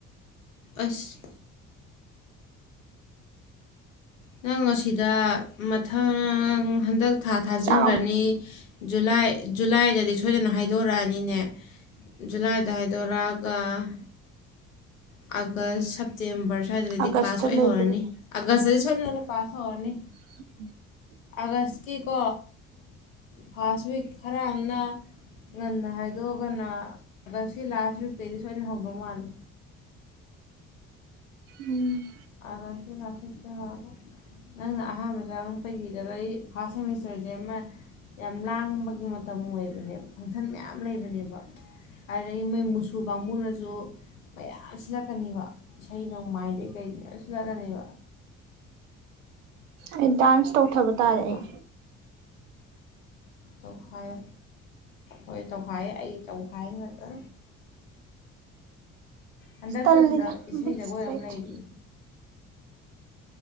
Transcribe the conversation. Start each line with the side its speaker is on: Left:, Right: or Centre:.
Left: ꯑꯁ ꯅꯪ ꯑꯁꯤꯗ ꯃ ꯍꯟꯗꯛ ꯊꯥ ꯊꯥꯖꯤꯟꯈ꯭ꯔꯅꯤ
Right: ꯆꯥꯛ ꯑꯃꯨꯛ
Left: ꯖꯨꯂꯥꯏ ꯖꯨꯂꯥꯏꯗ ꯗꯤ ꯁꯣꯏꯗꯅ ꯍꯥꯏꯗꯣꯔꯛꯑꯅꯤꯅꯦ ꯖꯨꯂꯥꯏꯗ ꯍꯥꯏꯗꯣꯔꯛꯑꯒ ꯑꯥꯒꯁ ꯁꯦꯞꯇꯦꯝꯕꯔ ꯁ꯭ꯋꯥꯏꯗꯗꯤ
Right: ꯑꯥꯒꯁꯇ
Left: ꯀ꯭ꯂꯥꯁ ꯑꯣꯏꯍꯧꯔꯅꯤ
Right: ꯂꯩꯕꯒꯤ
Left: ꯑꯥꯒꯁꯇ ꯊꯅ ꯄꯥꯁ ꯍꯧꯔꯅꯤ
Right: ꯎ <unintelligible>
Left: ꯑꯥꯒꯁꯀꯤꯀꯣ ꯐꯥꯔꯁ ꯋꯤꯛ ꯈꯔ ꯑꯃꯅ ꯉ ꯍꯥꯏ ꯑꯗꯨꯒꯅꯁꯤ ꯂꯥꯁ ꯋꯤꯇꯩꯗꯤ ꯁꯣꯏꯅ ꯍꯧꯗꯧ ꯃꯥꯜꯂꯦ
Right: ꯎꯝ
Left: ꯑꯒꯁꯀꯤ ꯂꯥꯁ ꯋꯤꯛ ꯇꯍꯧꯔꯒ ꯅꯪꯅ ꯑꯍꯥꯟꯕꯗ ꯄꯩꯈꯤꯗꯕ ꯑꯩ ꯐꯥꯔꯁ ꯁꯦꯃꯤꯁꯇꯔꯁꯦ ꯑꯃ ꯌꯥꯝ ꯂꯥꯡꯕꯒꯤ ꯃꯇꯝ ꯑꯣꯏꯕꯅꯦ ꯐꯪꯁꯟ ꯃꯌꯥꯝ ꯂꯩꯕꯅꯦꯕ ꯑꯗꯩꯗꯒꯤ ꯃꯣꯏ ꯃꯨꯁꯨ ꯀꯥꯡꯕꯨꯅꯥꯁꯨ ꯃꯌꯥꯝ ꯁꯤꯜꯂꯛꯀꯅꯤꯕ ꯏꯁꯩ ꯅꯣꯡꯃꯥꯏꯗꯩ ꯀꯩꯗꯩ ꯃꯌꯥꯝ ꯁꯤꯜꯂꯛꯀꯅꯤꯕꯥ
Right: ꯑꯩ ꯗꯥꯟꯁ ꯇꯧꯊꯥꯕ ꯇꯥꯔꯦ
Left: ꯈꯪꯉꯕ
Right: ꯑꯩ
Left: ꯇꯧꯈꯥꯏꯌꯣ ꯍꯣꯏ ꯇꯧꯈꯥꯏꯌꯦ ꯑꯩ ꯇꯧꯈꯥꯏ <unintelligible> ꯍꯟꯗꯛꯁꯨ
Right: ꯇꯜꯂꯤꯗꯥ
Left: ꯁꯤꯗ ꯏꯁꯩ
Right: ꯕꯤꯠꯗ
Left: ꯖꯒꯣꯏ
Right: ꯂꯩꯇꯦ
Left: ꯑꯃ ꯂꯩꯔꯤ